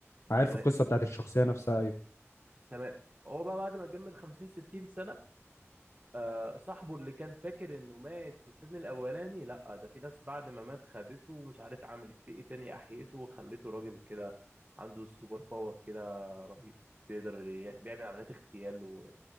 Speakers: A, on the left (about 65°); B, on the right (about 35°).
A: عارف
B: تمام
A: القصة بتاعت الشخصية نفسها ايوه
B: تمام هو بقى بعد ما اتجمد 50 60 سنه آه صاحبه اللي كان فاكر انه مات في الفيلم الاولاني لا ده في ناس بعد ما مات خدته ومش عارف عملت فيه ايه تاني احيته وخلته راجل كده عنده سوبر باور كده رهيب بيقدر ي- بيعمل عمليات اغتيال